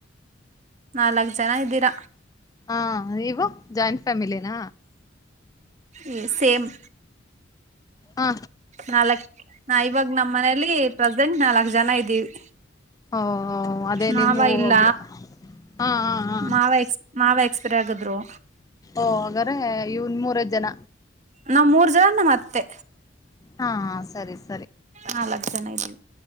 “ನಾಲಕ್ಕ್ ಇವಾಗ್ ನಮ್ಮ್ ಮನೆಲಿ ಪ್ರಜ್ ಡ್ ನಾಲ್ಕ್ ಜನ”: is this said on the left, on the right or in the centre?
Right